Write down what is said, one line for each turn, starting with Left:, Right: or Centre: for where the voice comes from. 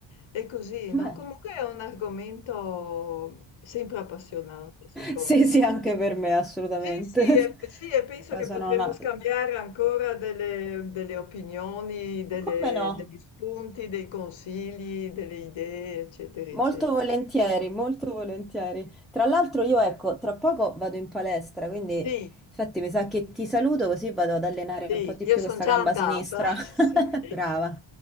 Left: è così, no?
Centre: Beh,
Left: Comunque è un argomento sempre appassionante, secondo
Centre: sì, sì,
Left: me.
Centre: anche per me, assolutamente.
Left: Sì, sì, e, sì,
Centre: <laughs>
Left: e penso
Centre: Poi
Left: che
Centre: sono
Left: potremmo
Centre: una...
Left: scambiare ancora delle, delle opinioni, delle-
Centre: Come no?
Left: degli spunti, dei consigli, delle idee, eccetera, eccetera.
Centre: Molto volentieri, molto volentieri. Tra l'altro io ecco, tra poco vado in palestra, quindi
Left: Sì,
Centre: infatti mi sa che ti saluto così vado ad allenare
Left: sì,
Centre: un po' di
Left: io
Centre: più
Left: sono
Centre: questa
Left: già
Centre: gamba
Left: andata,
Centre: sinistra.
Left: <laughs> sì.
Centre: <laughs> Brava,